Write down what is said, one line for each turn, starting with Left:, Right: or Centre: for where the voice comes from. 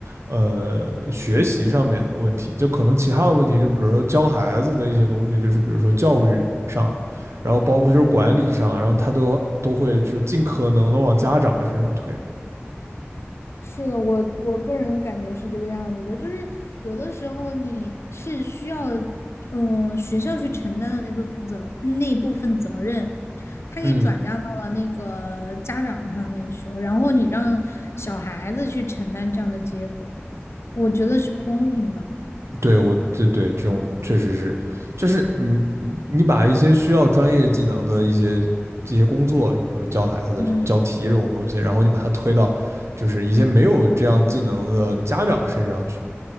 Right: 呃学习上面的问题，就可能其他的问题，就比如说教孩子的一些东西，就是比如说教育上，然后包括就是管理上，然后他都都会就是尽可能的往家长的身上推。
Left: 是的，我我个人感觉是这个样子的，就是有的时候你是需要，嗯、学校去承担的那部分负责那部分责任，他给转嫁到了那个家长上面去，
Right: 嗯。
Left: 然后你让小孩子去承担这样的结果，我觉得是不公平的。
Right: 对，我这对这种确实是，就是你你把一些需要专业技能的一些这些工作，比如说教孩子、
Left: 嗯，
Right: 教题这种东西，然后你把它推到就是一些没有这样技能的家长身上去，